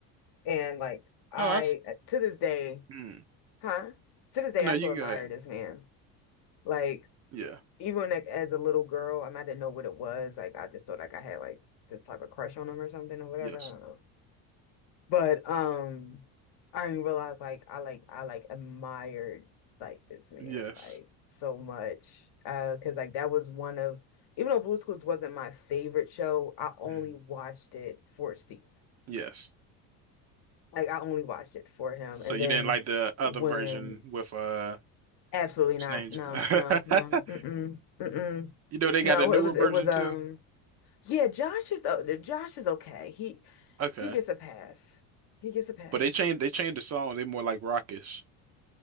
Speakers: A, on the left; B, on the right.
A: and like I
B: Oh, that's
A: uh, to this day,
B: mm.
A: huh? To this day
B: No,
A: I
B: you
A: still
B: can
A: admire
B: go ahead.
A: this man. Like
B: Yeah.
A: even like as a little girl, I mean I didn't know what it was. Like I just thought like I had like this type of crush on him or something or whatever.
B: Yes.
A: I don't know. But um I didn't realize like I like I like admired like this man
B: Yes.
A: like so much. Uh 'cause like that was one of even though Blue's Clues wasn't my favorite show, I only
B: Mm.
A: watched it for Steve.
B: Yes.
A: Like I only watched it for him.
B: So
A: And
B: you
A: then
B: didn't like the other
A: when
B: version with uh
A: absolutely
B: what's
A: not.
B: his
A: No,
B: name?
A: no, no.
B: <laughs>
A: Mm-mm. Mm-mm.
B: You know they
A: No,
B: got a newer
A: it was
B: version
A: it was um
B: too?
A: yeah, Josh is uh, Josh is okay. He
B: Okay.
A: he gets a pass. He gets a pass.
B: But they changed they changed the song. They more like rockish.